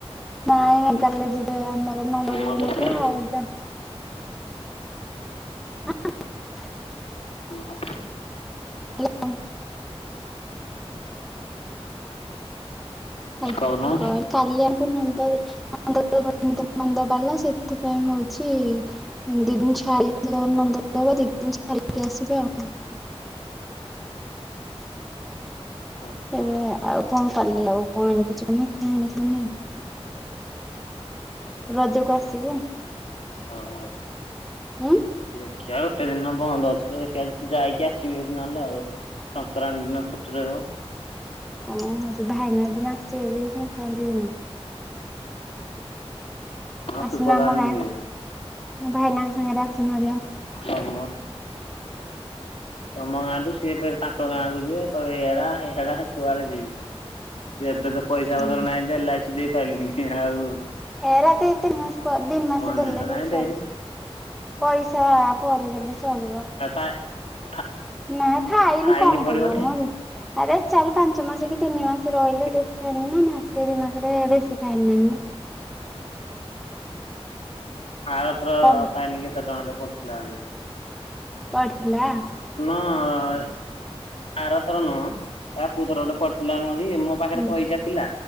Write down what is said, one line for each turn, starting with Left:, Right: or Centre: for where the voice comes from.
Centre: ନାଇଁ ନାଇଁ କାଲି ଯିବେ ଆମ <unintelligible>
Left: ଆମର
Centre: ଦେଇନି
Left: ତୁରେ
Centre: ତ ଆଉ <unintelligible> ହ
Left: ହଁ
Centre: ହାଲୋ। <unintelligible>
Left: କହୁନୁ।
Centre: କାଲି <unintelligible> ନନ୍ଦରେ <unintelligible> ନନ୍ଦ ବାଲା ସେଥିପାଇଁ ହଉଛି ଦି ଦିନ ଛାଡିକି ନନ୍ଦଉତ୍ସବ ଦି ଦିନ ଛାଡ଼ିକି ଆସିବେ ଆଉ।
Left: ଓହୋ
Centre: ଖେଳିଆ ଆଉ କଣ କାଲି ଆଉ କଣ ଆଣେ ପଛେକେ କି ରଜକୁ ଆସିବୁ।
Left: ହଉ ହଉ।
Centre: ହୁଁ?
Left: ଦେଖିବା ଗୋଟେ ଦିନ ବନ୍ଦ ଅଛି ତ ଦେଖିବା ଯାଇକି ଆସିବି ହେରି ନହେଲେ ଆଉ। ସଂକ୍ରାନ୍ତି ଦିନ ଛୁଟି ରହିବ।
Centre: କଣ ହଉଛି ଭାଇନା ସେଦିନ ଆସିବେ ବି ସଂକ୍ରାନ୍ତି ଦିନ।
Left: ହଁ
Centre: ଆସୁନୁ
Left: ସୁଭଦାନ
Centre: ଆମ ଗାଁ
Left: ଯିବେ।
Centre: ଭାଇନାଙ୍କ ସାଙ୍ଗରେ ଆସୁନ ହେରି ଆଉ?
Left: ତମ ତମ ଗାଁରୁୁ ସିଏ ଫେରେ ତାଙ୍କ ଗାଁକୁ ଯିବେ କହିବେ ଇଆଡ଼େ ଆ ହିଆଡେ ଆ କୁଆଡେ ଯିବି? ଯେ ଏବେ ତ ପଇସା ପତର
Centre: ହଁ
Left: ନାହିଁ ଯେ ଏଲ୍ ଆଇ ସି ଦେଇ ପାଇଲିନି ଆଉ
Centre: ଏରା ତ ଏତେ ନୁହଁ? ଦି ମାସେ
Left: ମନେ
Centre: ଦେଲେ
Left: ତ
Centre: ବି
Left: ନାହିଁ
Centre: ପରେ
Left: ଦେଇନି
Centre: ପଇସା ପରେ ଦେଲେ ଚଳିବ
Left: ଆଉ ଫା ଫା
Centre: ନାଁ ଫାଇନି
Left: ଫାଇନ
Centre: କମ
Left: ପଡିବନି
Centre: ପଡିବ <unintelligible> ଆରେ ଚାରି ପାଞ୍ଚ ମାସ କି ତିନି ମାସ ରହିଲେ
Left: କେ
Centre: ବେଶି <unintelligible> ସେ ଦିଇ ମାସରେ ବେଶୀ ଫାଇନ ନାହିଁ ମ
Left: ଆର ଥରକ
Centre: କମ
Left: ଫାଇନି କେତେ ଟଙ୍କା ଟେ ପଡ଼ିଥିଲା ହେଲେ।
Centre: ପଡଥିଲା?
Left: ହଁ ଆରଥର ନୁହଁ ଆ କୋଉ ଥର ଗୋଟେ ପଡିଥିଲା <unintelligible> ମୋ ପାଖରେ
Centre: ହୁଁ
Left: ପଇସା ଥିଲା